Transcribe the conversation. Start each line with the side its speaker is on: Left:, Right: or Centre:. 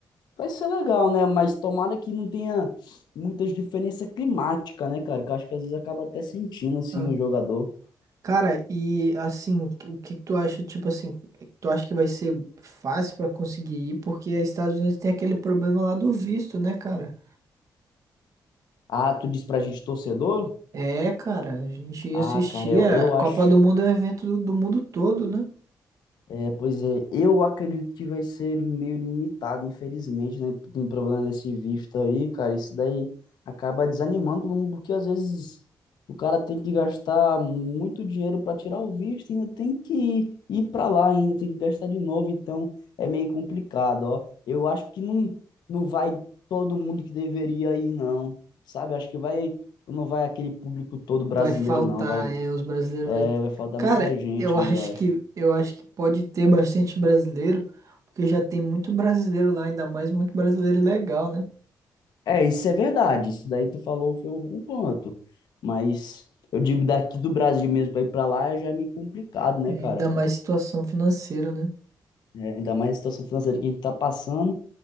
Left: Vai ser legal, né? Mas tomara que não tenha muitas diferenças climáticas, né, cara? Que eu acho que às vezes acaba até sentindo, assim,
Right: Ah,
Left: o jogador.
Right: Cara, e assim, o que que tu acha, tipo assim, tu acha que vai ser fácil pra conseguir ir? Porque os Estados Unidos tem aquele problema lá do visto, né, cara?
Left: Ah, tu diz pra gente torcedor?
Right: É, cara, a gente
Left: Ah,
Right: assistia.
Left: cara, eu, eu
Right: A Copa
Left: acho.
Right: do Mundo é um evento do, do mundo todo, né?
Left: É, pois é, eu acredito que vai ser meio limitado, infelizmente, né? Com o problema desse visto aí, cara, isso daí acaba desanimando todo mundo, porque às vezes o cara tem que gastar muito dinheiro para tirar o visto e ainda tem que ir para lá, ainda tem que gastar de novo, então é meio complicado, ó. Eu acho que não, não vai todo mundo que deveria ir, não, sabe? Acho que vai, não vai aquele público todo brasileiro,
Right: Vai faltar,
Left: não, vai,
Right: é, os brasileiros
Left: é,
Right: vai.
Left: vai faltar
Right: Cara,
Left: muita gente
Right: eu
Left: ainda,
Right: acho
Left: eu acho.
Right: que eu acho que pode ter bastante brasileiro, porque já tem muito brasileiro lá, ainda mais muito brasileiro legal, né?
Left: É, isso é verdade. Isso daí tu falou foi um bom ponto. Mas eu digo, daqui do Brasil mesmo para ir para lá já é meio complicado, né,
Right: É,
Left: cara?
Right: ainda mais situação financeira, né?
Left: É, ainda mais a situação financeira que a gente tá passando,